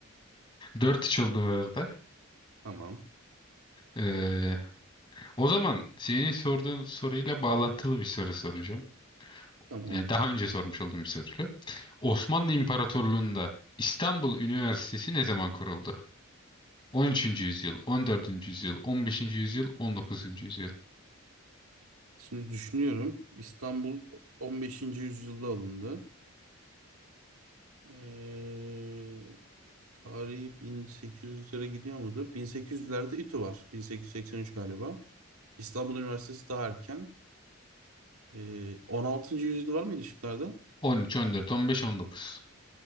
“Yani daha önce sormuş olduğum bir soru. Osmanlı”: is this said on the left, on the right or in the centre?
Left